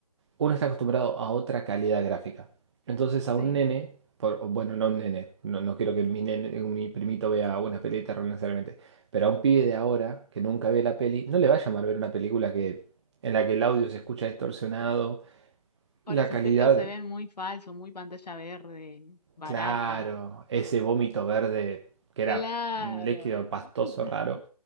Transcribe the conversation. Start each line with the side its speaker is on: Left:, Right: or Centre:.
Right: uno está acostumbrado a otra calidad gráfica. Entonces a
Left: sí.
Right: un nene, por, o bueno, no un nene, no, no quiero que mi nene, mi primito vea una peli de terror necesariamente, pero a un pibe de ahora que nunca ve la peli, no le va a llamar ver una película que, en la que el audio se escucha distorsionado,
Left: O
Right: la
Left: los
Right: calidad,
Left: efectos se ven muy falsos, muy pantalla verde, barata.
Right: claro, ese vómito verde que
Left: Claro.
Right: era un líquido pastoso
Left: <laughs>
Right: raro,